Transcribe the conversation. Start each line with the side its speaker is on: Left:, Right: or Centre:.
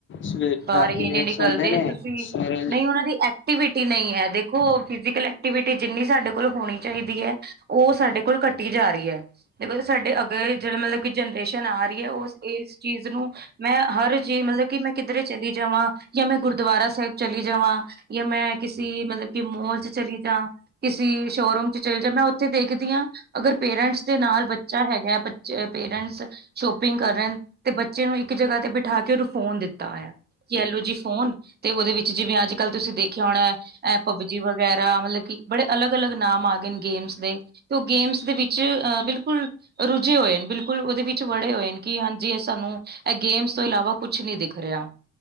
Left: ਸਵੇ
Right: ਬਾਹਰ
Left: ਰਾਤੀ
Right: ਹੀ
Left: ਲੇਟ
Right: ਨਹੀਂ ਨਿਕਲਦੇ
Left: ਸੋਂਦੇ ਨੇ
Right: ਤੁਸੀਂ
Left: ਸਵੇਰੇ
Right: ਨਹੀਂ ਉਹਨਾਂ ਦੀ ਐਕਟੀਵਿਟੀ ਨਹੀਂ ਹੈ ਦੇਖੋ ਫਿਜ਼ਕਲ ਐਕਟੀਵਿਟੀ ਜਿੰਨੀ ਸਾਡੇ ਕੋਲ ਹੋਣੀ ਚਾਹੀਦੀ ਹੈ। ਉਹ ਸਾਡੇ ਕੋਲ ਕੱਟੀ ਜਾ ਰਹੀ ਹੈ। ਦੇਖੋ ਸਾਡੇ ਅੱਗੇ ਜਿਹੜੇ ਮਤਲਬ ਕਿ ਜਨਰੇਸ਼ਨ ਆ ਰਹੀ ਹੈ। ਉਹ ਇਸ ਚੀਜ਼ ਨੂੰ ਮੈਂ ਹਰ ਜੀ ਮਤਲਬ ਕਿ ਮੈਂ ਕਿੱਧਰੇ ਚਲੀ ਜਾਵਾਂ ਜਾਂ ਮੈਂ ਗੁਰਦੁਆਰਾ ਸਾਹਿਬ ਚਲੀ ਜਾਵਾਂ ਜਾਂ ਮੈਂ ਕਿਸੀ ਮਤਲਬ ਕਿ ਮੋਲ ਚ ਚਲੀ ਜਾਂ ਕਿਸੇ ਸ਼ੋਰੂਮ 'ਚ ਚਲੀ ਜਾਂ, ਮੈਂ ਉੱਥੇ ਦੇਖਦੀ ਹਾਂ ਅਗਰ ਪੇਰੈਂਟਸ ਦੇ ਨਾਲ ਬੱਚਾ ਹੈਗਾ ਜੇ ਪੇਰੈਂਟਸ ਸ਼ੋਪਿੰਗ ਕਰਨ ਤੇ ਬੱਚੇ ਨੂੰ ਇੱਕ ਜਗ੍ਹਾ ਤੇ ਬਿਠਾ ਕੇ ਨੂੰ ਫੋਨ ਦਿੱਤ ਦਿੱਤਾ ਹੋਇਆ ਕਿ ਐਲੋ ਜੀ ਫੋਨ ਤੇ ਉਹਦੇ ਵਿੱਚ ਜਿਵੇਂ ਅੱਜ-ਕੱਲ ਤੁਸੀਂ ਦੇਖਿਆ ਹੋਣਾ ਐ ਪਬਜੀ ਵਗੈਰਾ ਮਤਲਬ ਕਿ ਬੜੇ ਅਲੱਗ-ਅਲੱਗ ਨਾਮ ਆ ਗਏ ਨੇ ਗੇਮਸ ਦੇ ਤੇ ਉਹ ਗੇਮਸ ਦੇ ਵਿੱਚ ਅਹ ਬਿਲਕੁਲ ਰੁਝੇ ਹੋਏ ਨੇ ਬਿਲਕੁਲ ਉਹਦੇ ਵਿੱਚ ਵੜੇ ਹੋਏ ਨੇ ਕਿ ਹਾਂਜੀ ਇਹ ਸਾਨੂੰ ਇਹ ਗੇਮਸ ਤੋਂ ਇਲਾਵਾ ਕੁਛ ਨੀ ਦੇਖ ਖਰਿਆ